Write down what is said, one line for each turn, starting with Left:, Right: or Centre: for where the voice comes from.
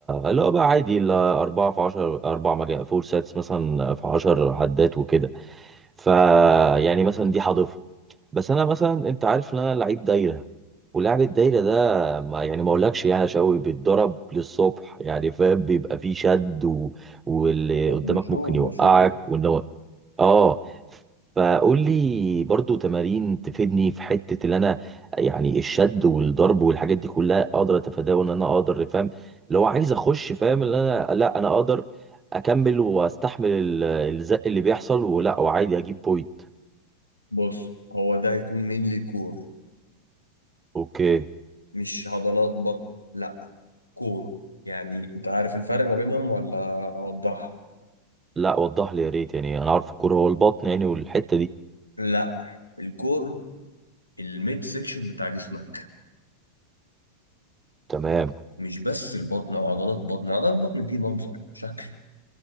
Right: اللي هو بقى عادي ال 4 في 10 4 مجا فور ساتس مثلا في 10 عدات وكده ف يعني مثلا دي هضيفها بس انا مثلا انت عارف ان انا لعيب دايره ولعب الدايره ده ما يعني ما اقولكش يعني يا شوقي بيتضرب للصبح يعني فاهم بيبقى فيه شد و... واللي قدامك
Left: بشوف
Right: ممكن يوقعك
Left: بشوف
Right: وان هو اه فقول لي برضو تمارين تفيدني في حته اللي انا يعني الشد والضرب والحاجات دي كلها اقدر اتفاداه وان انا اقدر فاهم لو عايز اخش فاهم ان انا لا انا اقدر اكمل واستحمل ال- الزق اللي بيحصل ولا وعادي اجيب بوينت
Left: بص هو ده هيكون مينلي كور
Right: اوكي
Left: مش عضلات بطن لا كور يعني أنت عارف الفرق ما بينهم ولا أوضحها
Right: لا وضح لي يا ريت يعني انا عارف الكوره هو البطن يعني والحته دي
Left: لا الكور الميد سيكشن بتاع جسمك
Right: تمام
Left: مش بس البطن او عضلات بطن عضلات بطن دي منظر شكل